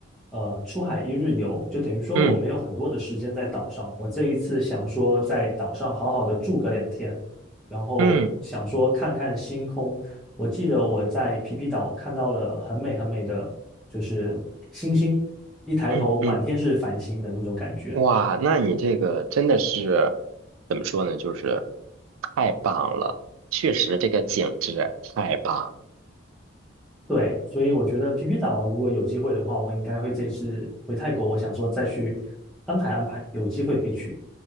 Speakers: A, in the centre; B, on the right.
A: 呃出海一日游，就等于说我没有很多的时间在岛上，
B: 嗯
A: 我这一次想说在岛上好好的住个两天。然后想说看看星空。
B: 嗯。
A: 我记得我在皮皮岛看到了很美很美的，就是星星，一抬头满天是繁星的那种感觉。
B: 嗯嗯，哇，那你这个真的是怎么说呢？就是太棒了，确实这个景致太棒。
A: 对，所以我觉得皮皮岛如果有机会的话，我应该会这次回泰国，我想说再去安排安排，有机会可以去。